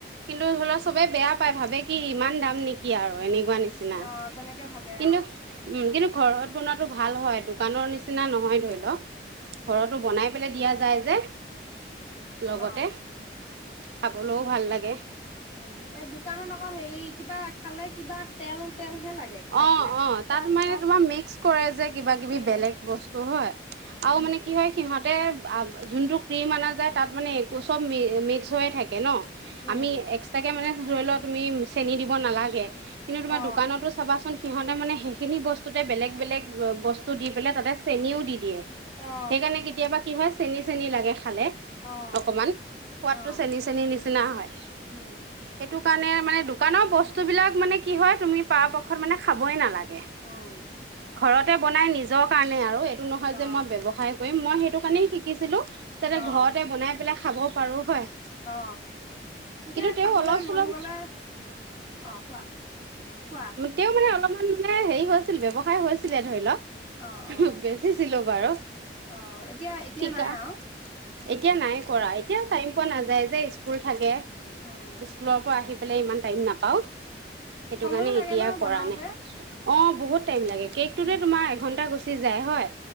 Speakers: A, on the right (about 70°); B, on the left (about 35°).
A: কিন্তু ধৰি লওঁ চবে বেয়া পায় ভাবে কি ইমান দাম নেকি আৰু এনে পোৱা নিচিনা
B: অ তেনেকে ভাবে
A: কিন্তু
B: অ
A: উম, কিন্তু ঘৰত বনাতো ভাল হয় দোকানৰ নিচিনা নহয় ধৰি লওঁক। ঘৰতো বনাই পেলাই দিয়া যায়। যে লগতে
B: অ
A: খাবলৈও ভাল লাগে।
B: উম এই দোকানত আকৌ হেৰি কিবা খালে কিবা তেল তেলহে লাগে খাই
A: অ',
B: পেলাই
A: অ',
B: তিতা
A: তাত
B: তিতা
A: মানে তোমাৰ মিক্স কৰে যে কিবা কিবি
B: উম
A: বেলেগ বস্তু হয় আৰু
B: উম
A: মানে কি হয় সিহঁতে আ যোনটো ক্ৰীম অনা যায় তাত মানে একো চব মি মিক্স হৈয়ে থাকে ন'।
B: উম
A: আমি এক্সট্ৰাকে মানে ধৰি লওঁক তুমি চেনি দিব নালাগে। কিন্তু তোমাৰ
B: অ
A: দোকানতো চাবাচোন সিহঁতে মানে সেইখিনি বস্তুতে বেগ বেগ বস্তু দি পেলাই তাতে চেনিও দি দিয়ে
B: অ
A: সেইকাৰণে কেতিয়াবা কি হয় চেনি চেনি লাগে। খালে
B: অ
A: অকমান সোৱাদটো
B: অ
A: চেনি চেনিৰ নিচিনা হয়
B: উম
A: সেইটো কাৰণে মানে দোকানৰ বস্তু বিলাক মানে কি হয় তুমি পাৰ প মানে খাবই নালাগে <unintelligible>
B: উম
A: ঘৰত ততে বনাই নিজৰ কাৰণে আৰু নহয়
B: অ
A: যে মই ব্যৱসায় কৰিম মই সেইটো নেই শিকিছিলো তাতে
B: অ
A: ঘৰতে বনাই পেলাই খাব পাৰোঁ হয়
B: অ যেতিয়া
A: কিন্তু তেওঁ
B: খাবলৈ
A: অলপ
B: মন
A: চলপ
B: গলে অ কোৱা কোৱা
A: তেওঁ মানে অলপমান মানে হেৰি হৈছিল ব্যৱসায় হৈছিলে ধৰি লওক
B: অ অ
A: বেচিছিলো বাৰু
B: আহ এতিয়া এতিয়া
A: শিকা
B: নাই আও
A: এতিয়া নাই কৰা এতিয়া টাইম পোৱা নাযায় যে স্কুল থাকে
B: উম
A: স্কুলৰ পৰা আহি পেলাই
B: উম
A: ইমান টাইম নাপাও সেইটো
B: সময়ো
A: কাৰণে
B: লাগে
A: এতিয়া
B: নহয় বনাওতে
A: কৰা নাই অঁ বহুত টাইম লাগে কেকটোতে
B: উম
A: তোমাৰ এঘণ্টা গুচি যায় হয়